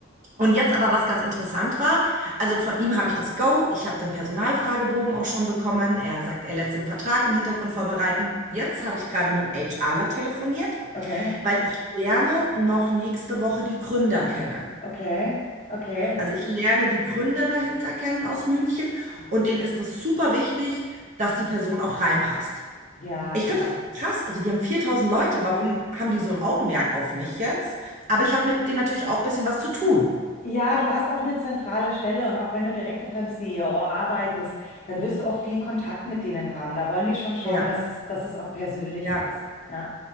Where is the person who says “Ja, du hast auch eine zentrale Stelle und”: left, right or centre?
Left